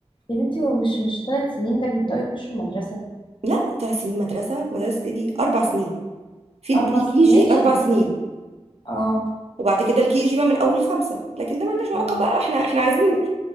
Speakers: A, on the left (about 45°); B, on the right (about 65°).
A: يا بنتي هو مش مش ثلاث سنين ده بيبداوا يخشوا المدرسه
B: لا ثلاث سنين مدرسة مدرسة ايه دي أربع سنين في البري
A: اربع سنين
B: كي
A: ماشي
B: جي أربع سنين
A: اه
B: وبعد كده الكي جي بقى من أول خمسة لكن ده ملناش علاقة
A: اه
B: بقى احنا احنا عايزين